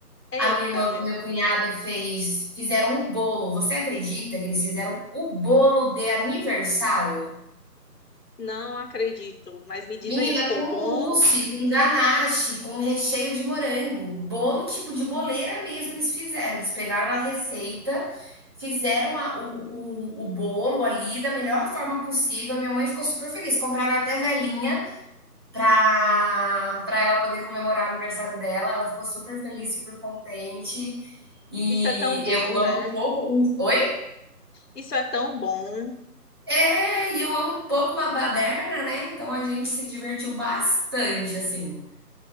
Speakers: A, on the left (about 75°); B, on the right (about 15°).
A: Eita,
B: A minha irmã
A: meu,
B: com o meu cunhado fez, fizeram um bolo. Você acredita que eles fizeram o bolo de aniversário?
A: não acredito. Mas me diz
B: Menina,
A: aí, ficou
B: com
A: bom?
B: mousse, com ganache, com recheio de morango, bolo tipo de boleira mesmo eles fizeram. Eles pegaram a receita, fizeram a- o, o, o bolo ali da melhor forma possível. A Minha mãe ficou super feliz. Compraram até velinha para para ela poder comemorar o aniversário dela. Ela ficou super feliz, super contente. E
A: Isso é tão bom,
B: eu amo
A: né?
B: um pouco. os- Oi?
A: Isso é tão bom.
B: É, e eu amo um pouco uma baderna, né? Então a gente se divertiu bastante, assim.